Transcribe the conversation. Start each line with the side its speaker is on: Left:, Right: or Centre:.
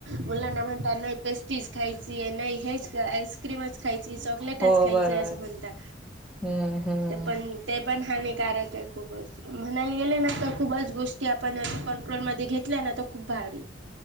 Right: मुलाना म्हनता नाही पेस्टीज खायची नाही हेच आईस्क्रीमच खायचीय, चॉकलेटच
Centre: हो
Right: खायचंय.
Centre: बरोबर.
Right: असं म्हणता.
Centre: हम्म, हम्म.
Right: ते पण ते पण हानिकारके खूपच. म्हणायला गेले ना तर खूपच गोष्टी आपण कंट्रोलमध्ये घेतल्या ना. तर खूप भारी.